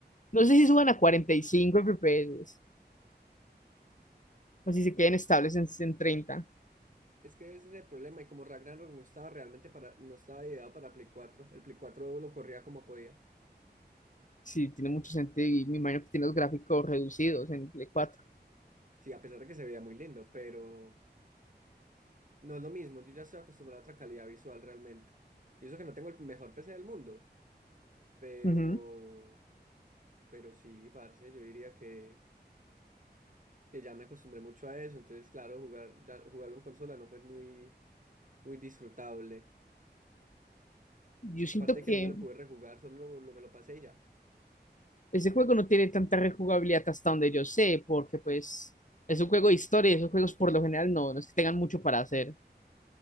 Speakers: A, on the left; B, on the right.
A: No sé si suban a 45 FPS o si se queden estables en, en treinta
B: Es que ese es el problema, y como Ragnarok no estaba realmente para, no estaba ideado para Play cuatro el Play 4 lo corría como podía.
A: Sí, tiene mucho sentido y me imagino que tiene los gráficos reducidos en Play cuatro
B: Sí, a pesar de que se veía muy lindo, pero no es lo mismo, yo ya estoy acostumbrado a otra calidad visual realmente. Y eso que no tengo el mejor PC del mundo, pero,
A: Ujú.
B: pero sí, parce, yo diría que, que ya me acostumbré mucho a eso, entonces claro, jugar, ya- jugarlo en consola no fue muy, muy disfrutable.
A: Yo siento
B: Aparte de
A: que
B: que no me lo pude rejugar, solo lo, lo- me lo pasé y ya.
A: ese juego no tiene tanta rejugabilidad hasta donde yo sé, porque pues es un juego de historia y esos juegos por lo general no, no es que tengan mucho para hacer.